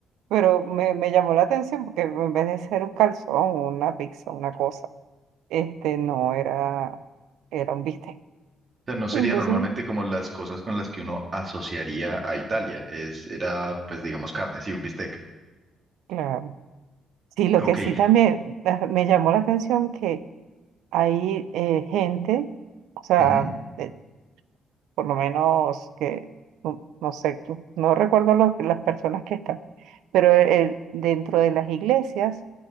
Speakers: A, on the right; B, on the right.
A: pero me, me llamó la atención porque en vez de ser un calzón, una pizza, una cosa, este no era, era un bistec.
B: sea, no sería
A: Entonces,
B: normalmente como las cosas con las que uno asociaría a Italia. Es, era, pues digamos, carne, sí, un bistec.
A: claro. Sí, lo
B: Ok.
A: que sí también eh, me llamó la atención que hay eh, gente, o sea,
B: ujú,
A: eh, por lo menos que, no, no sé, tú- no recuerdo lo- las personas que están, pero el- dentro de las iglesias